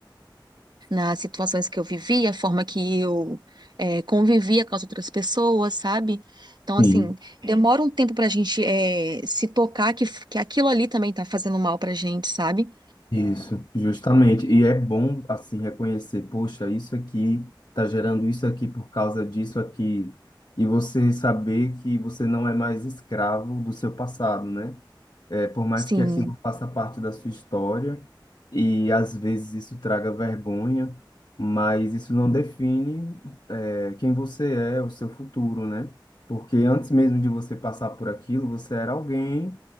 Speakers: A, on the right; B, on the left.
A: nas situações que eu vivia, a forma que eu eh, convivia com as outras pessoas, sabe? Então, assim,
B: Sim,
A: demora um tempo pra gente eh, se tocar que, f- que aquilo ali também tá fazendo mal pra gente, sabe?
B: isso, justamente. E é bom, assim, reconhecer, poxa, isso aqui tá gerando isso aqui por causa disso aqui. E você saber que você não é mais escravo do seu passado, né? É, por mais
A: Sim.
B: que aquilo faça parte da sua história e às vezes isso traga vergonha, mas isso não define, é, quem você é, o seu futuro, né? Porque antes mesmo de você passar por aquilo, você era alguém,